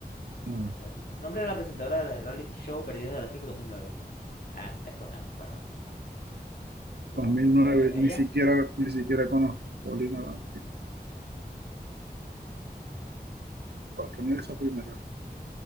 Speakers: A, on the right; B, on the left.
A: No.
B: No puede ser. Nombre de la presentadora del reality show Perdidos de la Tribu 2009. Em, esto, em, bueno, em, supongo
A: dos mil
B: que
A: nueve ni
B: ella.
A: siquiera, ni siquiera conozco Paulina Abad. Voy a poner esa primera.